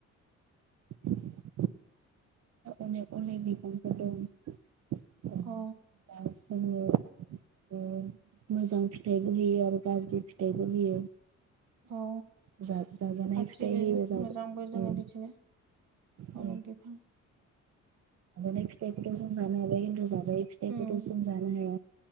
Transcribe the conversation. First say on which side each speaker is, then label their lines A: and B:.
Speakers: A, on the right; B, on the right.
A: <inaudible> अनेक अनेक बिफांफोर दं। ओ
B: अ
A: <unintelligible> ओ मोजां फिथाइबो होयो आरो गाज्रि फिथाइबो होयो।
B: अ
A: जा-जाजानाय
B: गाज्रिबो
A: फिथाइ होयो जाजा
B: मोजांबो जोङो
A: ओ
B: बिदिनो
A: ओ
B: अनेक बिफां
A: <unintelligible> फिथाइखौथ' जों जानो हाबाय <unintelligible> जायै फिथाइखौथ'
B: उम
A: जों जानो हाया